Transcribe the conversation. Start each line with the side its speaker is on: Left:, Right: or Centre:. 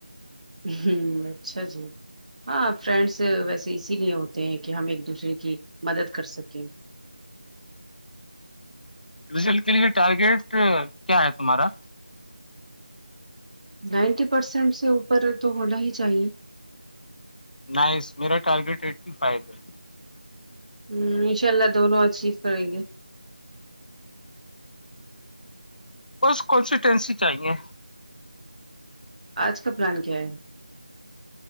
Right: ہوں اچھا جی ہاں فرینڈس ویسے اسی لیے ہوتے ہیں کہ ہم ایک دوسرے کی مدد کر سکیں
Left: رزلٹ کے لیے ٹارگیٹ کیا ہے تمہارا
Right: نائنٹی پرسینٹ سے اوپر تو ہونا ہی چاہیے
Left: نائس میرا ٹارگٹ ائٹیفیو ہے
Right: ہ انشاء اللہ دونوں اچیو کریں گے
Left: اس کونسی ٹینسی چاہیے
Right: آج کا پلان کیا ہے